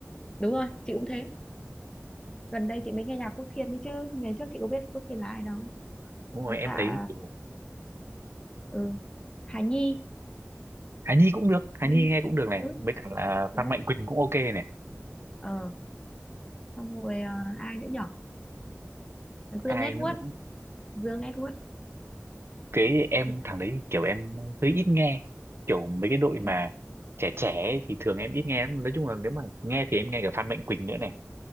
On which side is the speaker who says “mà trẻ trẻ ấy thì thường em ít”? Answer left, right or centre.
Right